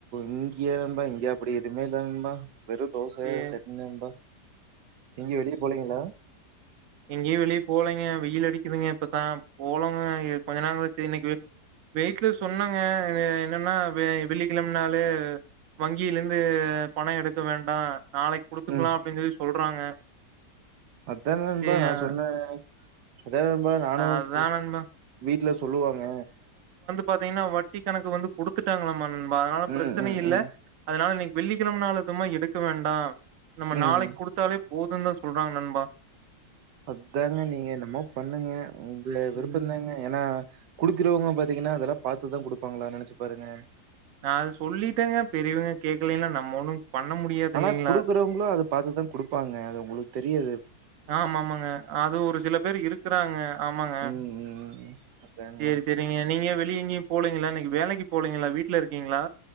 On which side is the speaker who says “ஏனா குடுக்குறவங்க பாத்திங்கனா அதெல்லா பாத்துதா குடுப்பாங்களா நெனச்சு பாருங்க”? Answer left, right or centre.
Right